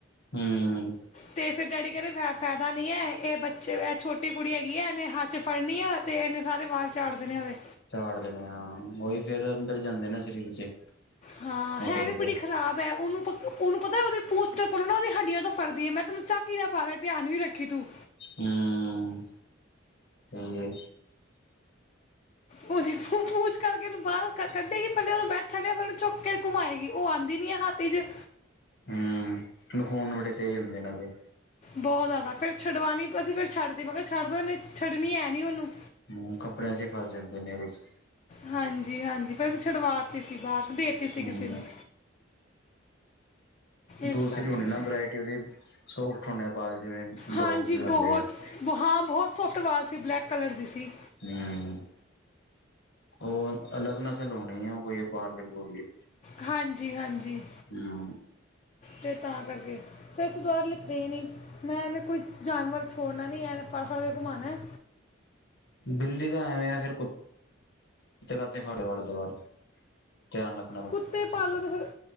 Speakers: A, on the left; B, on the left.
A: ਹੂੰ।
B: ਤੇ ਫਿਰ ਡੈਡੀ ਕੈਂਦੇ ਫਾਇਦਾ ਨਹੀਂ ਐ, ਇਹ ਬੱਚੇ ਛੋਟੀ ਕੁੜੀ ਹੈਗੀ ਹੈ, ਇਹਨੇ ਹੱਥ 'ਚ ਫੜਨੀ ਆ। ਫੇਰ ਐਨੇ ਸਾਰੇ ਵਾਲ ਝਾੜ ਦੇਨੇ ਉਹਦੇ।
A: ਝਾੜ ਦੇਣੇ ਹਾਂ, ਉਹੀ ਫੇਰ ਅੰਦਰ ਜਾਂਦੇ ਨਾ ਸਰੀਰ 'ਚ।
B: ਹਾਂ, ਹੈ
A: ਉੱਡ ਉੱਡ
B: ਵੀ
A: ਕੇ
B: ਬੜੀ ਖ਼ਰਾਬ ਐ। ਉਹਨੂੰ ਉਹਨੂੰ ਪਤਾ, ਉਹਦੀ ਪੂਛ ਦੇ ਉਪਰੋਂ ਨਾ ਉਹਦੀ ਹੱਡੀਆਂ ਤੋਂ ਫੜਦੀ ਐ, ਮੈਂ ਤੈਨੂੰ ਚੈੱਕੀ ਦੇ, ਭਾਂਵੇਂ ਧਿਆਨ ਵੀ ਰੱਖੀ ਤੂੰ।
A: ਹੂੰ, ਸਹੀ ਏ।
B: ਉਹ ਦੇਖੋ ਪੂਛ ਕਢ ਕੇ ਉਹਨੂੰ ਬਾਹਰ ਕੱਢੇਗੀ, ਪਹਿਲੇ ਉਹਨੂੰ ਬੈਠਣ, ਫਿਰ ਉਹਨੂੰ ਚੁੱਕ ਕੇ ਘੁਮਾਏਗੀ। ਉਹ ਆਉਂਦੀ ਨੀ ਆ ਹਾਥ 'ਚ।
A: ਹੂੰ, ਨਖੂਨ ਬੜੇ ਤੇਜ਼ ਹੁੰਦੇ ਏਨਾ ਦੇ।
B: ਬਹੁਤ ਜ਼ਿਆਦਾ, ਫੇਰ ਛੱਡਵਾਉਣੀ ਪੈਸੀ, ਫਿਰ ਛੱਡਦੀ ਕੋਨੀ। ਫੇਰ ਛੱਡ ਦਵੇ, ਨੀ ਛੱਡਣੀ ਹੈ ਨੀ ਓਨੂੰ।
A: ਮੂੰਹ ਕੱਪੜਿਆਂ 'ਚ ਫਸ ਜਣ ਦੇ ਏਦੇ 'ਚ।
B: ਹਾਂਜੀ- ਹਾਂਜੀ, ਫਿਰ ਛੁਡਵਾਤੀ ਸੀ ਬਾਦ, ਦੇਤੀ ਸੀ
A: ਹੂੰ
B: ਕਿਸੇ ਨੂੰ। ਇਸ
A: ਦੂਸਰੀ
B: ਕਰਕੇ
A: ਹੋਣੀ ਨਾ ਵਰਾਇਟੀ ਓਦੀ। ਸੋਫਟ ਹੋਣੇ ਵਾਲ ਜਿਵੇਂ, ਡੋਗਸ
B: ਹਾਂਜੀ
A: ਦੇ ਹੁੰਦੇ
B: ਬਹੁਤ
A: ਆ।
B: ਬ ਹਾਂ, ਬਹੁਤ ਸੋਫਟ ਵਾਲ ਸੀ। ਬਲੈਕ ਕਲਰ ਦੇ ਸੀ।
A: ਹੂੰ, ਉਹ ਅਲਗ ਨਸਲ ਹੋਣੀ ਏ। ਓ ਕੋਈ ਬਾਰ, <unintelligible>
B: ਹਾਂਜੀ ਹਾਂਜੀ
A: ਹੂੰ।
B: ਤੇ ਤਾਂ ਕਰਕੇ ਫੇਰ ਅਸੀਂ ਦੁਬਾਰਾ ਲਿੱਤੀ ਈ ਨੀ। ਮੈਂ ਇਵੇ ਕੋਈ ਜਾਨਵਰ ਛੋੜਨਾ ਨੀ, ਐਵੇਂ ਫੜ-ਫੜ ਕੇ ਘੁਮਾਣਾ।
A: ਬਿੱਲੀ ਦਾ ਐਵੇਂ ਆ ਫਿਰ ਕੁੱਤ ਤੇ ਦਾ ਤੇ <unintelligible> <unintelligible> ਧਿਆਨ ਰੱਖ
B: ਕੁੱਤੇ ਪਾਲਨਾ ਤੇ ਫਿਰ